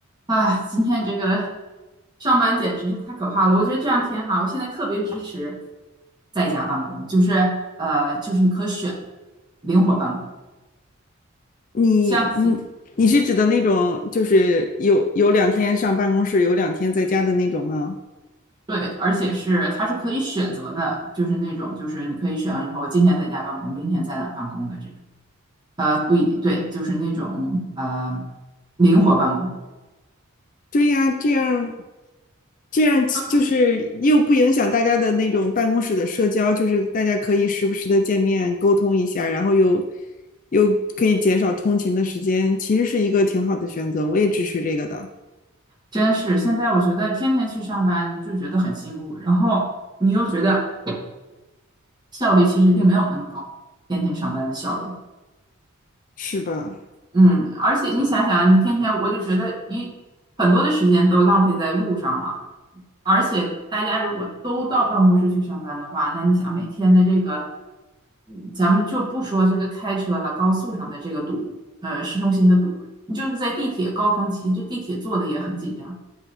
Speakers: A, on the right; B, on the left.
A: 啊，今天这个上班简直是太可怕了！我觉得这两天哈，我现在特别支持在家办公，就是呃，就是你可选的灵活办公，
B: 你你你是指的那种，
A: 像今
B: 就是有有两天上办公室，有两天在家的那种吗？
A: 对，而且是它是可以选择的，就是那种就是你可以选，你说我今天在家办公，明天在哪儿办公的这种，呃，不一定对，就是那种呃灵活办公。
B: 对呀，这样这样就是又不影响大家的那种办公室的社交，
A: 就
B: 就是大家可以时不时的见面沟通一下，然后又又可以减少通勤的时间，其实是一个挺好的选择，我也支持这个的，
A: 真是现在我觉得天天去上班就觉得很辛苦，然后你又觉得。效率其实并没有那么高，天天上班的效率。
B: 是吧？
A: 嗯，而且你想想啊，你天天我就觉得你很多的时间都浪费在路上了，而且大家如果都到办公室去上班的话，那你想每天的这个，嗯咱们就不说这个开车了，高速上的这个堵，呃，市中心的堵，你就是在地铁高峰期，这地铁坐的也很紧张，